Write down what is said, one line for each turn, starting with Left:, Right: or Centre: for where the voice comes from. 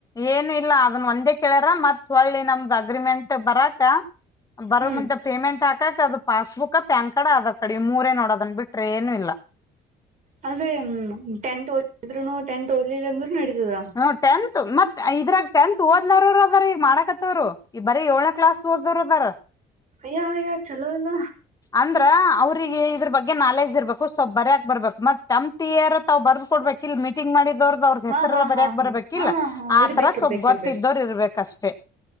Left: ಏನು ಇಲ್ಲ ಅದನ್ ಒಂದೇ ಕೇಳ್ಯಾರ ಮತ್ತ ಹೋಳ್ಳಿ ನಮ್ದ ಅಗ್ರಿಮೆಂಟ್ ಬರಾಕ <inaudible> ಬರ
Right: ಹ್ಮ್
Left: ಮುಂದ ಪೇಮೆಂಟ್ ಹಾಕಕ್ ಅದು ಬರು ಮುಂದ ಪೇಮೆಂಟ್ ಹಕಾಕ passbook, PAN card, Aadhaar card ಇವ್ ಮೂರೇ ನೋಡು ಅದನ್ ಬಿಟ್ರೆ ಏನು ಇಲ್ಲ. <inaudible>
Right: ಅಂದ್ರೆ ಟೆತ್ ಓದಿದ್ರುನು ಟೆಂತ್ ಓದಲಿಲ್ಲ ಅಂದ್ರು ನಡೀತದ. <inaudible>
Left: ಹ ಟೆಂತ್ ಮತ್ ಇದ್ರಾಗ ಟೆಂತ್ ಓದನವರುದ್ರ ಮಾಡಕತ್ತವ್ರು. ಈ ಬರೀ ಏಳ್ನೇ ಕ್ಲಾಸ್ ಓದ್ರುರು ಇದ್ದರೆ
Right: ಅಯ್ಯೋ ಅಯ್ಯೋ ಚಲೋ ಇಲ್ಲ.
Left: ಅಂದ್ರ ಅವ್ರಿಗೆ ಇದ್ರ ಬಗ್ಗೆ ನಾಲೆಜ್ ಇರ್ಬೇಕು ಸ್ವಲ್ ಬರಯಕ್ ಬರ್ಬೇಕು ಮತ್ ತಮ್ಮ ಕೈಯಾರ ತಾವ್ ಬರ್ದ ಕೊಡ್ಬೇಕ. ಇಲ್ ಮೀಟಿಂಗ್ ಮಾಡಿದವರ್ಗ್ ಅವ್ರದ
Right: ಹಾ
Left: ಹೆಸರೆಲ್ಲ
Right: ಹಾ
Left: ಬರಯಕ್
Right: ಹಾ ಹಾ
Left: ಬರ್ಬೇಕಕ್ ಇಲ್ಲ
Right: ಹಾ ಹಾ
Left: ಆತರ
Right: ಇರ್ಬೇಕ್ ಇರ್ಬೇಕ್
Left: ಸ್ವಲ್ಪ್ ಗೊತ್ತ್ದೋರು
Right: ಇರ್ಬೇಕ್
Left: ಇರ್ಬೇಕು. ಅಷ್ಟೇ.